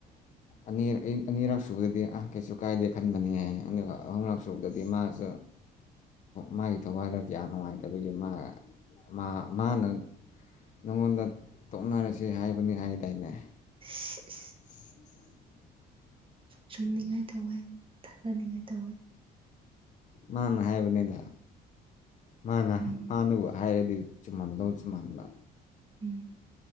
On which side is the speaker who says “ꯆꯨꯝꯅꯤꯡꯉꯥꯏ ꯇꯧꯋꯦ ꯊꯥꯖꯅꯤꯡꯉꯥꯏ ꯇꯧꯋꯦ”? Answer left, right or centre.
Right